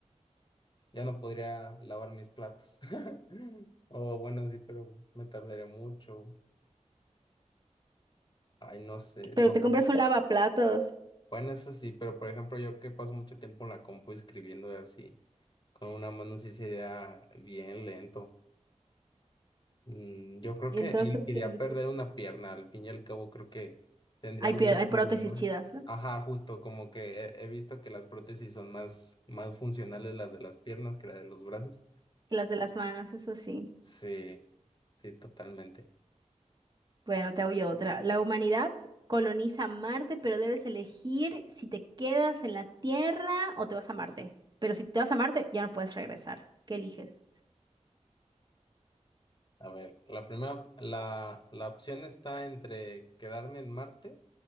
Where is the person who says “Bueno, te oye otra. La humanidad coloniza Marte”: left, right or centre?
Right